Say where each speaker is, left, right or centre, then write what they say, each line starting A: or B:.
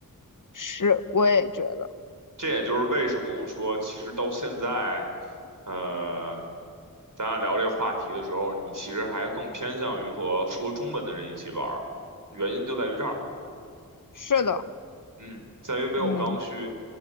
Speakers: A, on the left; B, on the right.
A: 是，我也觉得
B: 这也就是为什么我说，其实到现在，呃，咱俩聊这个话题的时候，你其实还更偏向于和说中文的人一起玩儿，原因就在于这儿，
A: 是的。
B: 嗯，在于没有刚需。
A: 嗯。